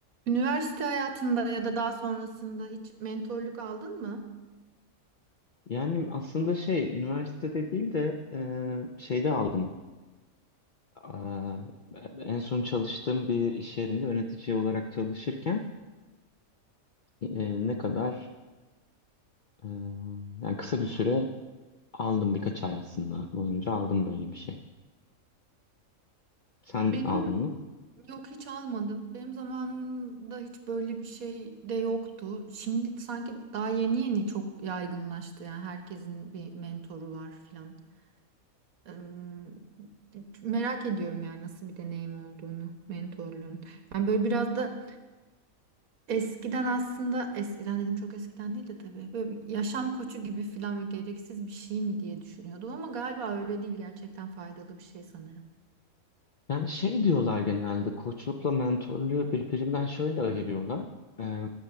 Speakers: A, on the right; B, on the left.
A: Üniversite hayatında ya da daha sonrasında hiç mentorluk aldın mı?
B: Yani aslında şey üniversitede değil de e, şeyde aldım. Aa, en son çalıştığım bir iş yerinde yönetici olarak çalışırken e, ne kadar e, yani kısa bir süre aldım birkaç ay aslında boyunca aldım böyle bir şey. Sen
A: Benim
B: aldın mı?
A: yok hiç almadım. Benim zamanımda hiç böyle bir şey de yoktu. Şimdi sanki daha yeni yeni çok yaygınlaştı. Yani herkesin bir mentoru var filan. Eee, merak ediyorum yani nasıl bir deneyim olduğunu, mentorluğun. Yani böyle biraz da Eskiden aslında eskiden dedim çok eskiden değil de tabii böyle bir yaşam koçu gibi filan böyle gereksiz bir şey mi diye düşünüyordum ama galiba öyle değil gerçekten faydalı bir şey sanırım.
B: Yani şey diyorlar genelde koçlukla mentörlüğü birbirinden şöyle ayırıyorlar. Ee,